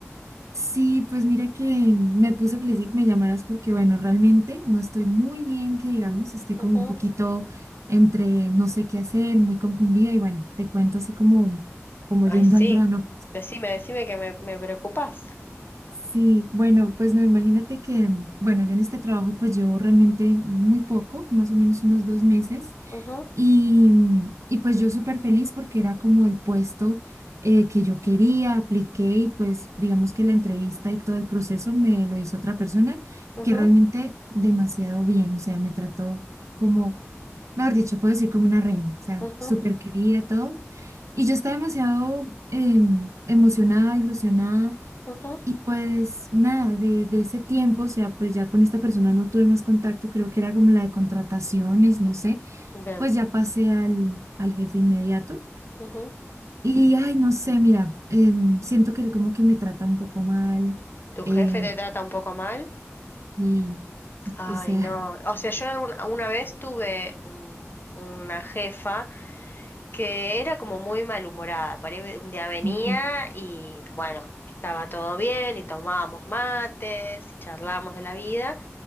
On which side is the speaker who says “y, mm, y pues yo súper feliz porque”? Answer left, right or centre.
Right